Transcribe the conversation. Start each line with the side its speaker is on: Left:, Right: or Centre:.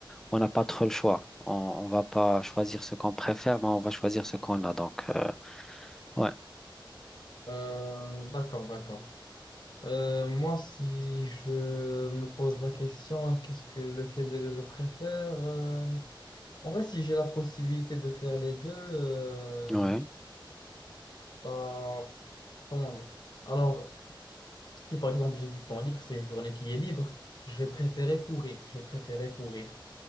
Centre: on n'a pas trop le choix. On, on va pas choisir ce qu'on préfère, mais on va choisir ce qu'on a. Donc, euh, ouais,
Left: Euh, d'accord, d'accord. Euh, moi, si je me pose la question, qu'est-ce que lequel des deux je préfère? euh, en vrai, si j'ai la possibilité de faire les deux, euh,
Centre: ouais,
Left: bah, comment dire? Alors, si par exemple j'ai du temps libre, c'est une journée qui est libre, je vais préférer courir. Je vais préférer courir.